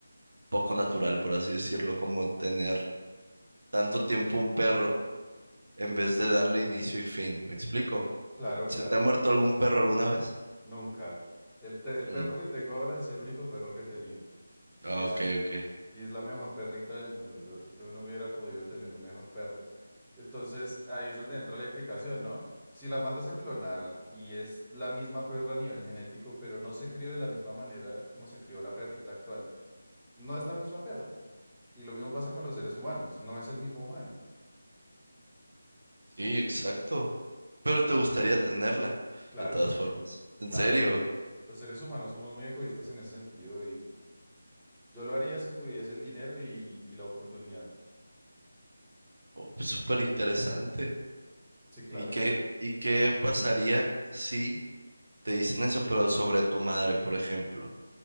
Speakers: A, on the right (about 70°); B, in the centre.
A: poco natural, por así decirlo, como tener tanto tiempo un perro. en vez de darle inicio y fin. ¿Me explico?
B: Claro,
A: ¿Se
B: claro,
A: te ha muerto algún perro alguna vez?
B: nunca. El, te- el
A: Mm,
B: perro que tengo ahora es el único perro que he tenido. Y
A: ah,
B: es
A: ok,
B: el,
A: ok.
B: Y es la mejor perrita del mundo. Yo, yo no hubiera podido tener un mejor perro. Entonces, ahí es donde entra la implicación, ¿no? Si la mandas a clonar y es la misma perra a nivel genético, pero no se crió de la misma manera como se crió la perrita actual, no es la misma perra. Y lo mismo pasa con los seres humanos, no es el mismo humano.
A: Sí, exacto. Pero te gustaría
B: Mm,
A: tenerla,
B: Claro,
A: de todas formas. ¿En
B: claro.
A: serio?
B: Los seres humanos somos muy egoístas en ese sentido y yo lo haría si tuviese el dinero y, y la oportunidad.
A: Oh, pues súper interesante.
B: Sí, claro,
A: ¿Y qué, y qué pasaría si te dicen eso, pero sobre tu madre, por ejemplo?